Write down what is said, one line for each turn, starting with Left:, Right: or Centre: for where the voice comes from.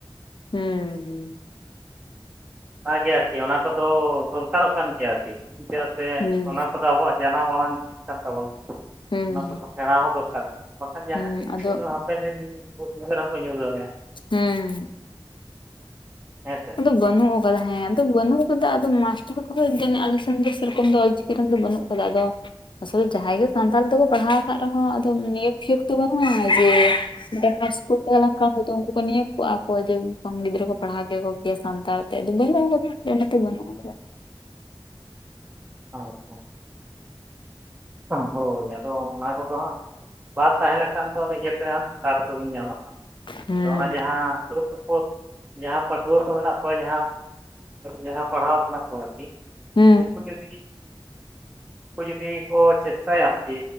Left: ᱦᱮᱸ ᱦᱮᱸ
Right: <unintelligible> ᱟᱨᱠᱤ ᱚᱱᱟ ᱠᱚᱫᱚ ᱫᱚᱨᱠᱟᱨᱚᱜ ᱠᱟᱱ ᱜᱮᱭᱟ ᱟᱨᱠᱤ ᱟᱥ
Left: ᱦᱩᱸ
Right: ᱟᱵᱚᱣᱟᱜ ᱡᱟᱱᱟᱢ ᱟᱲᱟᱝ ᱢᱤᱫ ᱟᱠ ᱛᱟᱵᱚᱱᱟ
Left: ᱦᱩᱸ
Right: ᱚᱱᱟ ᱠᱚᱫᱚ ᱥᱮᱬᱟ ᱦᱚᱸ ᱫᱚᱨᱠᱟᱨ ᱠᱟᱱᱟ ᱵᱟᱠᱷᱟᱱ ᱡᱟᱦᱟᱸ
Left: ᱦᱩᱸ
Right: ᱥᱮᱫ
Left: ᱟᱫᱚ
Right: ᱦᱟᱯᱮᱱ ᱫᱤᱱ ᱵᱩᱥᱱᱚᱨ ᱦᱚᱸᱯᱮ ᱧᱩᱨ ᱫᱟᱲᱮᱭᱟᱜᱼᱟ
Left: ᱦᱩᱸ
Right: ᱦᱮᱸ ᱥᱮ
Left: ᱟᱫᱚ ᱵᱟᱹᱱᱩᱜ ᱟᱠᱟᱫᱟ ᱦᱮᱸ ᱟᱫᱚ ᱵᱟᱹᱱᱩᱜ ᱟᱠᱟᱫᱟ ᱟᱫᱚ ᱢᱟᱥᱴᱟᱨ ᱠᱚ ᱦᱟᱹᱱ ᱟᱞᱮ ᱥᱮᱱ ᱫᱚ ᱥᱮᱨᱚᱠᱚᱢ ᱫᱚ ᱚᱞ ᱪᱤᱠᱤ ᱨᱮᱱ ᱫᱚ ᱵᱟᱹᱱᱩᱜ ᱟᱠᱟᱫᱟ ᱪᱮᱫᱟᱜ ᱫᱚ ᱟᱥᱚᱞ ᱡᱟᱦᱟᱸᱭ ᱜᱮ ᱥᱟᱱᱛᱟᱲᱤ ᱛᱮᱠᱚ ᱯᱟᱲᱦᱟᱣ ᱟᱠᱟᱫ ᱨᱮᱦᱚᱸ ᱟᱫᱚ ᱱᱤᱭᱟᱹ ᱯᱷᱤᱭᱠ ᱫᱚ ᱵᱟᱹᱱᱩᱜᱼᱟ ᱡᱮ ᱢᱤᱫ ᱠᱩᱞ ᱛᱟᱦᱮᱸ ᱞᱮᱱ ᱠᱷᱟᱱ ᱩᱱᱠᱩ ᱠᱚ ᱱᱤᱭᱟᱹ ᱠᱚᱜᱼᱟ ᱠᱚ ᱡᱮ ᱵᱟᱝ ᱜᱤᱫᱽᱨᱟᱹ ᱠᱚ ᱯᱟᱲᱦᱟᱣ ᱜᱮᱭᱟᱠᱚ ᱥᱟᱱᱛᱟᱲ ᱛᱮᱫ ᱫᱚ ᱵᱟᱹᱱᱩᱜ <unintelligible> ᱚᱱᱟᱛᱮ ᱵᱟᱹᱱᱩᱜᱼᱟ
Right: ᱟᱪᱪᱷᱟ ᱦᱳᱭ ᱟᱫᱚ ᱚᱱᱟ ᱠᱚᱫᱚ ᱦᱜ ᱵᱟᱝ ᱛᱟᱦᱮᱸ ᱞᱮᱠᱷᱟᱱ ᱫᱚ ᱱᱤᱡᱮᱛᱮ ᱦ ᱚᱵᱤᱱ ᱧᱟᱢᱟ
Left: ᱦᱩᱸ
Right: ᱟᱫᱚ ᱚᱱᱟ ᱡᱟᱦᱟᱸ <unintelligible> ᱡᱟᱦᱟᱸ ᱯᱟᱹᱴᱷᱩᱣᱟᱹ ᱠᱚ ᱢᱮᱱᱟᱜ ᱠᱚᱣᱟ <unintelligible> ᱡᱟᱦᱟᱸ ᱯᱟᱲᱦᱟᱣᱟᱠᱟᱱᱟ ᱠᱚ ᱟᱨᱠᱤ
Left: ᱦᱩᱸ
Right: ᱩᱱᱠᱩ ᱡᱩᱫᱤ ᱩᱱᱠᱩ ᱡᱩᱫᱤ ᱠᱚ ᱪᱮᱥᱴᱟᱭᱟ ᱟᱨᱠᱤ